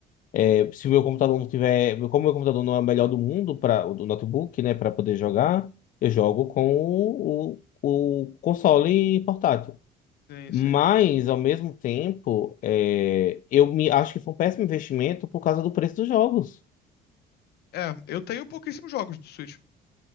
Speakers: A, on the left; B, on the left.
A: é, se o meu computador não tiver... Como o meu computador não é o melhor do mundo, pra, o do notebook, né, pra poder jogar, eu jogo com o, o, o console portátil.
B: tem isso
A: Mas,
B: aí.
A: ao mesmo tempo, é, eu me acho que foi um péssimo investimento por causa do preço dos jogos.
B: É, eu tenho pouquíssimos jogos do Switch.